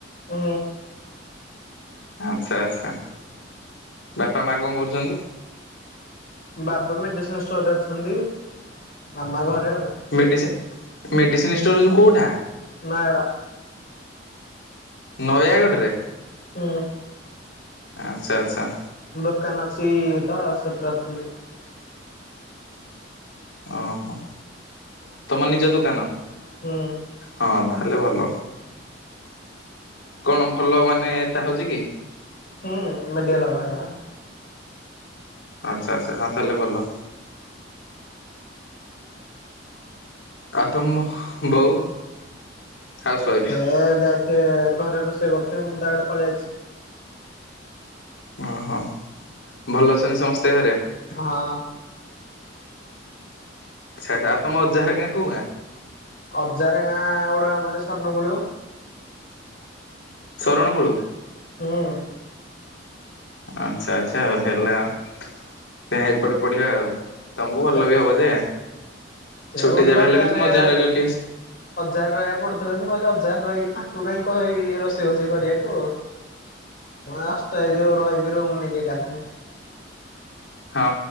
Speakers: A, on the left (about 50°); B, on the left (about 70°).
A: ହୁଁ।
B: ଆଛା ଆଚ୍ଛା ବାପା ମା କଣ କରୁଛନ୍ତି?
A: ବାବା ମେଡିସିନ ଷ୍ଟୋରରେ ଅଛନ୍ତି ମାମା ଘରେ ଆଉ।
B: ମେଡ଼ିସିନ ମେଡିସିନ ଷ୍ଟୋର ଯୋଉ କୋଉଟା?
A: ନୟାଗଡ଼।
B: ନୟାଗଡ଼ରେ।
A: ହୁଁ
B: ଆଚ୍ଛା ଆଚ୍ଛା
A: ଦୋକାନ ଅଛି ତ ସେଥିରେ ଅଛନ୍ତି।
B: ଓହୋ। ତମର ନିଜ ଦୋକାନ
A: ହୁଁ।
B: ହଁ ତାହଲେ ଭଲ କଣ ଭଲ ମାନେ ଏଟା ହେଉଚି କି?
A: ହୁଁ <unintelligible>
B: ଆଚ୍ଛା ଆଚ୍ଛା ହଁ ତାହଲେ ଭଲ। ଆଉ ତମ ବୋଉ। ହାଉସ୍ ୱାଇଫ୍
A: ସେ ଯାଇଥିବେ ଘରେ ରୋଷେଇ କରୁ ସେ ମୁଁ ଦଡିପାଳେ ଅଛି।
B: ଓହୋ ଭଲ ଅଛନ୍ତି ସମସ୍ତେ ଘରେ।
A: ହଁ।
B: ଆଚ୍ଛା ଆଚ୍ଛା ଆ ତମ ଅଜାଘର ଗାଁ କୋଉ ଗାଁ?
A: ଅଜାର ଗାଁ ଉଡା ଗୋଟେ ଅନୁଗୁଳୁ।
B: ଶରଣ କୁଳୁ
A: ହୁଁ।
B: ଆଚ୍ଛା ଆଚ୍ଛା ଆଉ ହେଲା ଆଉ ଏପଟେ ପଢିବା ଆଉ। ତମକୁ ଭଲ
A: ସେ
B: ବି ହବ ଯେ।
A: ସେ
B: ଛୁଟି
A: କୋହୁଥିଲେ
B: ଯେବେ ହେଲେ
A: ଅଜାରେ
B: ବି ତମ
A: ଅଜା
B: ଘର ଘରଠିକି ଆସିବ।
A: ଘରରେ ରହିବାକୁ ପଢୁଥିଲେବି ମୁଁ କହିଲି ଅଜା ଘରରେ ରହିକିନା <unintelligible> ରୋଷେଇ ଫୋଷେଇ କରିବାକୁ ମୁଁ ଏ ହଷ୍ଟେ ଏ ଯୋଉ ରହିବି ରୁମ ନେଇକି ଏକାଥରେ।
B: ହଁ